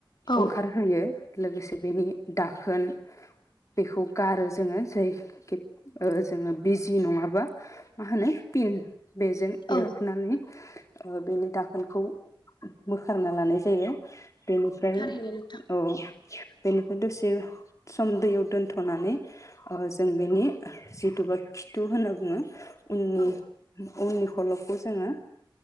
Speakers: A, on the left; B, on the left.
A: औ
B: ओंखारहोयो लोगोसे बेनि दाखोन बेखौ गारो जोङो जायखि जोङो बिजि नङाबा मा होनो फिन बेजों एरखुनानै
A: औ
B: बेनि दाखोनखौ बोखारना लानाय जायो बेनिफ्राय
A: थारैनो नोंथां
B: औ बेनिफ्राय दसे सम दैयाव दोनथ'नानै जों बेनि जिथु बा खिथु होनना बुङो उननि
A: औ
B: उननि खलबखौ जोङो